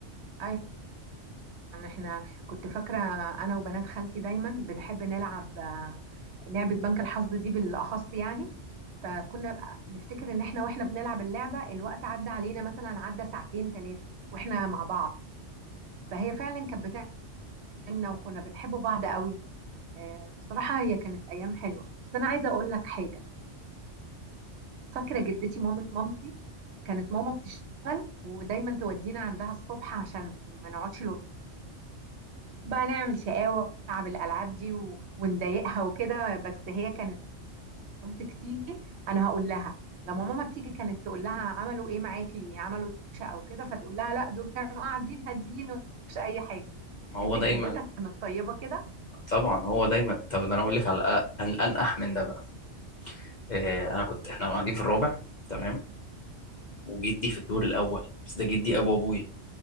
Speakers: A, on the right; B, on the left.
A: أيوة. يعني احنا كنت فاكرة انا وبنات خالتي دايما بنحب نلعب آه، لعبة بنك الحظ دي بالاخص يعني فكنا بقى نفتكر ان احنا واحنا بنلعب اللعبة الوقت عدى علينا مثلا عدى ساعتين ثلاثة واحنا مع بعض فهي فعلا كانت بتاعنا وكنا بنحب بعض قوي آه، بصراحة هي كانت ايام حلوة بس انا عايزة اقول لك حاجة فاكرة جدتي مامة مامتي كانت ماما بتشتغل ودايما تودينا عندها الصبح عشان ما نقعدش بقى نعمل شقاوة ونلعب الألعاب دي و... ونضايقها وكده بس هي كانت مامتك تيجي أنا هقول لها لما ماما تيجي كانت تقول لها عملوا إيه معاكي عملوا دوشة أو كده فتقول لها لا دول كانوا قاعدين هاديين ومش أي حاجة
B: ما هو
A: أنت
B: دايما
A: جدتك كانت طيبة كده
B: طبعا هو دايما طب ده انا اقول لك على الأ- أن- الانقح من ده بقى آه انا كنت احنا قاعدين في الرابع تمام وجدي في الدور الاول بس ده جدي ابو ابويا